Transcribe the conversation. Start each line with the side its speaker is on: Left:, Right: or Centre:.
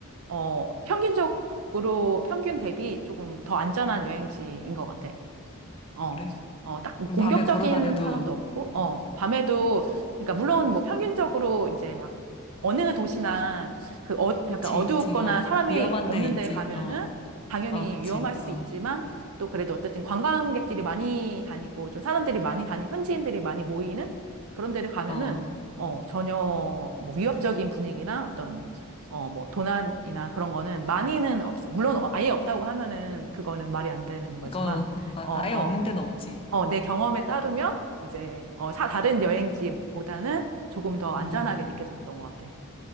Right: 어, 평균적으로, 평균 대비 조금 더 안전한 여행지인 것 같아. 어,
Left: 그래.
Right: 어, 딱뭐
Left: 그럼
Right: 공격적인
Left: 밤에 걸어 다녀도,
Right: 사람도 없고, 어, 밤에도, 그러니까 물론 뭐 평균적으로 이제 막 어느 도시나 그 어,
Left: 그치,
Right: 약간 어둡거나
Left: 그치, 어.
Right: 사람이
Left: 위험한
Right: 없는
Left: 데는 있지,
Right: 데 가면은
Left: 어,
Right: 당연히
Left: 어, 그치,
Right: 위험할 수
Left: 어,
Right: 있지만 또 그래도 어쨌든 관광객들이 많이 다니고 좀 사람들이 많이 다니, 현지인들이 많이 모이는 그런 데를 가면은
Left: 어.
Right: 어, 전혀 뭐 위협적인 분위기나 어떤 어, 뭐 도난이나 그런 거는 많이는 없어. 물론 아예 없다고 하면은 그거는 말이 안 되는 거지만
Left: 이거, 아,
Right: 어, 어.
Left: 아예 없는 데는 없지.
Right: 어, 내 경험에 따르면 이제 어, 사 다른 여행지보다는 조금 더 안전하게
Left: 음.
Right: 느껴졌던 것 같아.